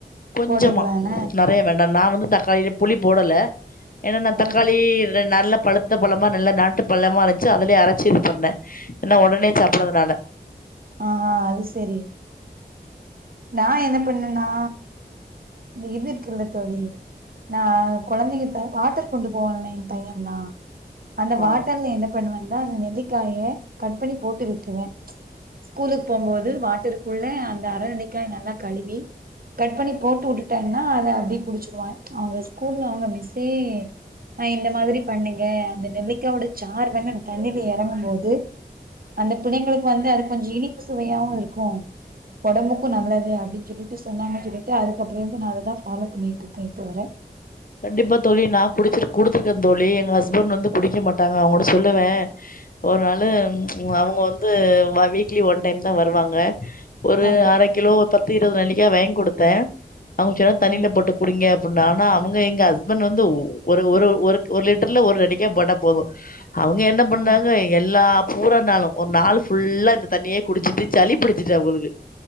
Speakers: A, on the left; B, on the right.
A: கொஞ்சமா
B: போட்டுக்கலான
A: நெறயா வேண்டா நா வந்து தக்காளிய புளி போடல ஏனா நா தக்காளி
B: ஆ
A: நல்லா பழுத் த பழமா நல்லா நாட்டு பழமா இருந்துச்சு அதுலயே அரச்சி இது பண்ணே ஏன ஒடனே சாப்புட்றதுனால
B: ஆ அது சரி நா என்ன பண்ணனா இந்த இது இருக்குல்ல தோழி நா கொழந்தைங்கக வாட்டர் கொண்டு போவான்லா என் பையன்ல்லா அந்த
A: ஆ.
B: வாட்டர்ல என்ன பண்ணுவன்டா அந்த நெல்லிக்காய கட் பண்ணி போட்டு விட்ருவே ஸ்கூலுக்கு போகுபோது வாட்டருக்குள்ள அந்த அர நெல்லிக்கா நல்லா கழுவி கட் பண்ணி போட்டு உட்டுட்டேன்னா அத அப்டி குடிச்சிருவா அவுங்க ஸ்கூல்ல அவுங்க மிஸ்ஸே ஆ இந்த மாதிரி பண்ணுங்க அந்த நெல்லிக்காயோட சாரு வேணா தண்ணில எறங்கும் போது அந்த பிள்ளைங்களுக்கு வந்து அது கொஞ்சோ இனிப்பு சுவையாவு இருக்கு ஒடம்புக் கு நல்லது அப்டின்னு சொல்லிட்டு சொன்னாங்க சொல்லிட்டு அதுக்கற இருந்து நா அததா ஃபாலோ பண்ணிகிட்டு இருக்கே இப்போ வர
A: கண்டிப்பா தோழி நா குடிச்சிரு குடுத்துருக்கேன தோழி எங்க ஹஸ்பண்ட் வந்து குடிக்க மாட்டாங்க அவுங்கள சொல்லுவே ஒரு நாளு அவுங்க வந்து வ வீக்லி ஒன் டைம் தா வருவாங்க ஒரு
B: அப்டியா
A: அரக் கிலோ பத்து இருவது நெல்லிக்கா வேங்கி குடுத்தே அவுங்களுக்கு தண்ணியில
B: ஆ
A: போட்டு குடிங்க அப்டினு ஆனா அவுங்க எங்க ஹஸ்பண்ட் வந்து ஒர ஒரு ஒரு ஒரு லிட்டர்ல ஒரு நெல்லிக்கா போட்டா போது அவுங்க என்ன பண்ணாங்க
B: ஆ
A: எல்லா பூரா நாளு ஒரு நாள் ஃபுல்லா இந்த தண்ணியே குடிச்சிட்டு சளி பிடிச்சிச்சி அவுகளுக்கு